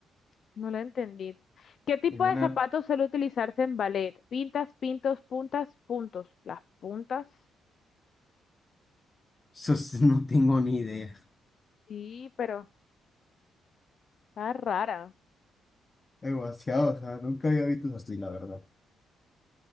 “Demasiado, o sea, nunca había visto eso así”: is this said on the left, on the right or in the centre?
Left